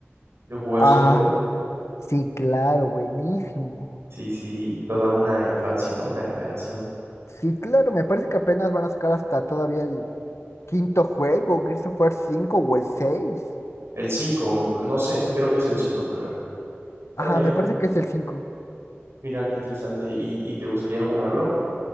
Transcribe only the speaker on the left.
Ah,
sí, claro, buenísimo.
Sí, claro, me parece que apenas van a sacar hasta todavía el quinto juego, Gears of War 5 o el seis
Ajá, me parece que es el cinco